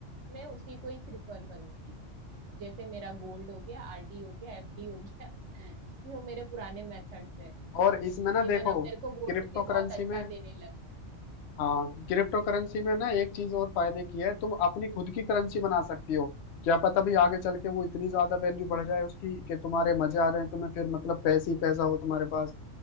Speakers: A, on the right; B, on the left.
A: मैं उसी को ही प्रिफर करूंगी जैसे मेरा गोल्ड हो गया आरडी हो गया एफडी हो गया <laughs> जो मेरे पुराने मेथड्स है
B: और इसमें ना
A: इवन
B: देखो
A: अब मेरे को गोल्ड
B: क्रिप्टो
A: भी बहुत
B: करेंसी
A: अच्छा
B: में
A: देने लगा है
B: हाँ क्रिप्टो करेंसी में ना एक चीज और फायदे की है तुम अपनी खुद की करेंसी बना सकती हो क्या पता भी आगे चल के वो इतनी ज्यादा वैल्यू बढ़ जाए उसकी कि तुम्हारे मजे आ जाए तुम्हें फिर मतलब पैसे ही पैसा हो तुम्हारे पास